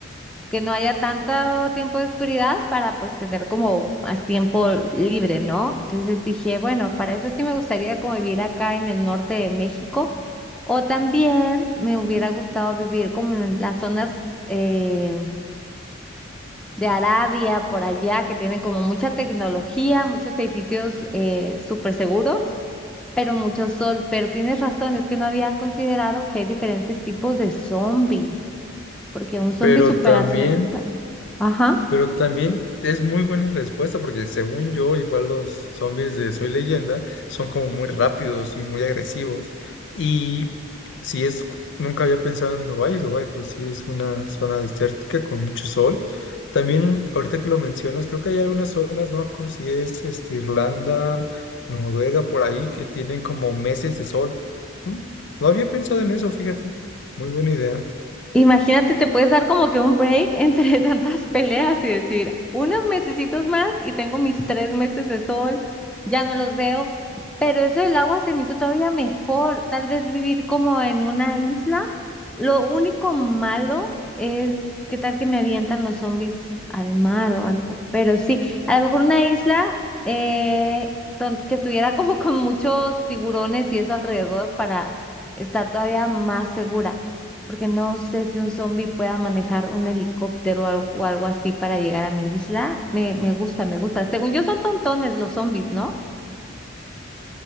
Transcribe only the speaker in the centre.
que no haya tanto tiempo de oscuridad para pues tener como más tiempo libre, ¿no? Entonces dije, bueno, para eso sí me gustaría como vivir acá en el norte de México o también me hubiera gustado vivir como en las zonas eh, de Arabia, por allá, que tienen como mucha tecnología, muchos edificios eh, súper seguros. Pero mucho sol, pero tienes razón, es que no había considerado que hay diferentes tipos de zombies, porque un zombie
superatleta.
Ajá.
Imagínate, te puedes dar como que un break entre <laughs> tantas peleas y decir, unos mesecitos más y tengo mis tres meses de sol, ya no los veo, pero eso del agua se me hizo todavía mejor, tal vez vivir como en una isla. Lo único malo es qué tal que me avientan los zombies al mar o algo, pero sí, a lo mejor una isla eh, don- que estuviera como con muchos tiburones y eso alrededor para estar todavía más segura porque no sé si un zombie pueda manejar un helicóptero o algo, o algo así para llegar a mi isla. Me, me gusta, me gusta. Según yo son tontones los zombies, ¿no?